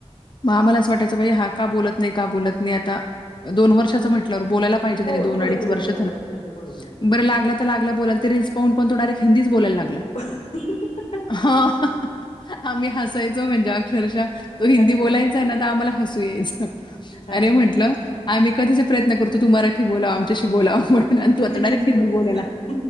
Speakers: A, on the left; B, on the left.
A: मं आम्हांला सोंडेत बाई हां कां बोलतं नाहीं कां बोलतं नाहीं दोन वर्षाचा म्हटल्यांवर आंता बोलायंला बोलायंला पाहिजे आंता
B: हो
A: त्यांनी दोन
B: थोडं
A: अडीच
B: तरी
A: वर्ष
B: बोलायला
A: झाला
B: पाहिजे बरोबर आहे.
A: बरं लागलं तरं लागलां बलांय तरं रील पाहूंन पणं ते डारेट हिंदच बोलायला लागलां
B: हं हं
A: हां आम्हीं हसांयचो म्हणजे अक्षरशः तो हिंदी
B: अच्छा
A: बोलायंचा आहे नां तरं आम्हांला हसूं यायचं
B: अच्छा
A: अरे म्हटलं आम्हीं कधीचां प्रयंत्न करतों तूं मराठी बोलावं आमच्यांशी बोलावं म्हणूंन
B: तू
A: तूं आंताडायरेक्ट
B: हिंदीच
A: हिंदी
B: बोलायला
A: बोलायंला